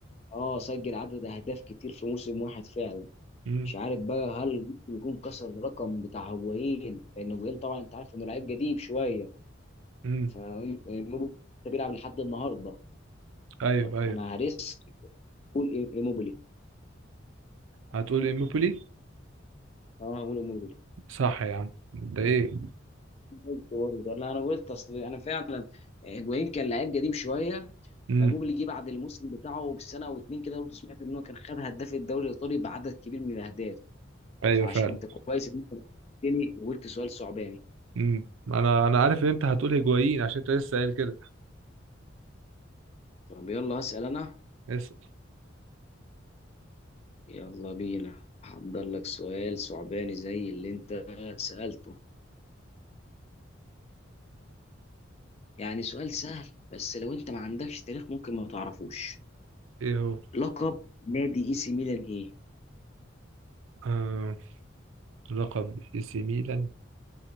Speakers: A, on the left; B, on the right.
A: اه سجل عدد اهداف كتير في موسم واحد فعلا
B: امم
A: مش عارف بقى هل ممكن يكون كسر الرقم بتاع هوايين لان هوايين طبعا انت عارف انه لعيب قديم شويه
B: امم
A: فايموبيلي بيلعب لحد النهارده
B: ايوه
A: طب انا
B: ايوه
A: هريسك قول إي- ايموبيلي
B: هتقول ايموبيلي
A: اه هقول ايموبيلي
B: صح يا عم انت ايه
A: قلت برضه ولا انا قلت اصل انا فعلا هيجوين كان لعيب قديم شويه
B: امم
A: فايموبيلي جه بعد الموسم بتاعه بسنه او اتنين كده برضه سمعت ان هو كان خد هداف الدوري الايطالي بعدد كبير من الاهداف
B: ايوه
A: فعشان
B: فعلا
A: انت كويس ان انت نبهتني وقلت سؤال صعباني
B: امم انا انا عارف ان انت هتقول هيجوايين عشان انت لسه قايل كده
A: طب يلا هسال انا
B: اسال
A: يلا بينا هحضر لك سؤال صعباني زي اللي انت سألته يعني سؤال سهل بس لو انت ما عندكش تاريخ ممكن ما تعرفوش
B: ايه هو
A: لقب نادي اي سي ميلان ايه
B: آه... لقب اي سي ميلان